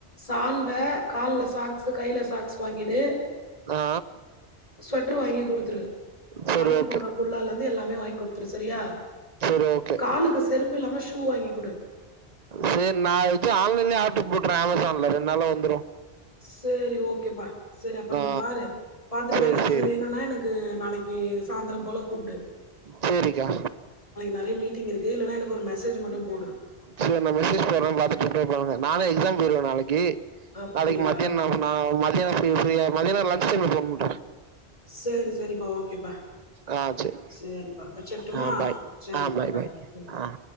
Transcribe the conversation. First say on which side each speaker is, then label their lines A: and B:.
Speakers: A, on the left; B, on the right.
A: சால் வ கால்ல சாக்ஸு கைல சாக் ஸ் வாங்கிடு
B: ஆ
A: ஸ்வெட்ரு வாங்கி குடுத்துரு
B: சரி
A: தலைக்கு
B: ஓகே
A: போற குல்லாலந்து எல்லா மே வாங்குடுத்துரு சரியா
B: சரி ஓகே
A: காலுக்கு செருப்பில்லாம ஷு சூ வாங்கி குடு
B: சேரி நா வச்சு ஆன்லைன்லயே ஆர்டர் போட்டுறே அமேசான்ல ரெண்டுனால்ல வந்துரு
A: சேரி ஓகேப்பா செரி அப்ப
B: ஆ
A: நீ பாரு பாத்துட்டு
B: சரி
A: வேற ஏதாது
B: சரி
A: வேணுன்னா எனக்கு நாளைக்கு சாந்தரோ போல கூப்டு
B: சேரிக்கா
A: நெறய மீட்டிங் இருக் கு இல்லேன்னா எனக்கு ஒரு மெசேஜ் மட்டு போடு
B: சோ நா மெசேஜ் போட்றே பாத்துட்டு ரிப்ளே பண்ணுங்க நானே எக்ஸாம் போயிருவே நாளைக்கி
A: அப்படியா?
B: நாளைக்கி மதிய நா நா மத்யானோ நீங்க ஃப்ரீயா மதியானம் லன்ஞ்ச் டைம்ல போன் பண்ற
A: சேரி சேரிப்பா ஓகேப்பா
B: ஆ சரி
A: சேரிப்பா வச்சிற்ட்டுமா
B: ஆ பாய்
A: சேரிப்பா
B: ஆ
A: பாய் ம்
B: ஆ